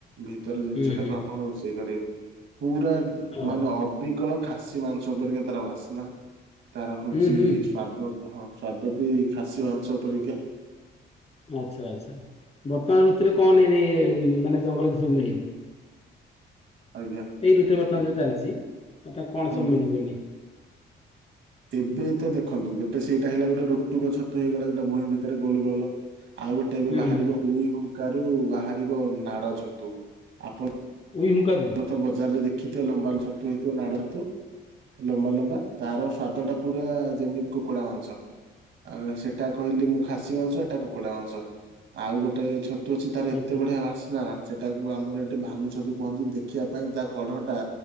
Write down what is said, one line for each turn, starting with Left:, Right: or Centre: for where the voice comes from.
Right: ଭିତର ଜିନିଷ
Left: ହୁଁ
Right: ଟାକୁ
Left: ହୁଁ
Right: ଆପଣ ରୋଷେଇ କରିବେ ପୁରା
Left: ହଁ
Right: ମାନେ ଅବିକଳ ଖାସି ମାଂସ ପରିକ ତାର ବାସ୍ନା ତାର ହଉଚି
Left: ହୁଁ ହୁଁ
Right: ସ୍ୱାଦ ହଁ ସ୍ଵାଦ ବି ଖାସି ମାଂସ ପରିକା।
Left: ଆଚ୍ଛା ଆଚ୍ଛା ବର୍ତ୍ତମାନ ଋତୁରେ କଣ <unintelligible> ମାନେ ଜଙ୍ଗଲରେ ସବୁ ମିଳିବ।
Right: ଆଜ୍ଞା।
Left: ଏଇ ଋତୁ ବର୍ତ୍ତମାନ ଯୋଉ ଚାଲିଛି ମତେ କଣ
Right: ହଁ
Left: ସବୁ ମିଳିବ ଏଇନେ।
Right: ଏବେ ତ ଦେଖନ୍ତୁ ଗୋଟେ ସେଇଟା ହେଲା ଗୋଟେ ରୁଟୁକ ଛତୁ ହେଇଗଲା ସେଟା ଭୂଇଁ ଭିତରେ ଗୋଲ ଗୋଲ। ଆଉ ଗୋଟେ ଏବେ
Left: ହୁଁ
Right: ବାହାରିବ
Left: ହୁଁ
Right: ଉଇ ହୁଙ୍କାରୁ ବାହାରିବ ନାଡ ଛତୁ ଆପଣ
Left: ଉଇ ହୁଙ୍କାରୁ।
Right: ନ ତ ବଜାରରେ ଦେଖିିବେ ଲମ୍ବା ଛତୁ ହେଇଥିବ ନାଡ ଛତୁ। ଲମ୍ବା ଲମ୍ବା ତାର ସ୍ଵାଦ ଟା ପୁରା ଯେମିତି କୁକୁଡା ମାଂସ। ଆ ସେଟା କହିଲି ମୁଁ ଖାସି ମାଂସ ଏଟା କୁକୁଡା ମାଂସ ଆଉ ଗୋଟେ ଛ ଛତୁ ତାର ଏତେ
Left: ଆଚ୍ଛା
Right: ବଢିଆ ବାସ୍ନା ସେଟାକୁ ଆମର ଏଠି ଭାନୁ ଛତୁ କୁହନ୍ତି ଦେ ଖିବା ପାଇଁ ତା କଢ ଟା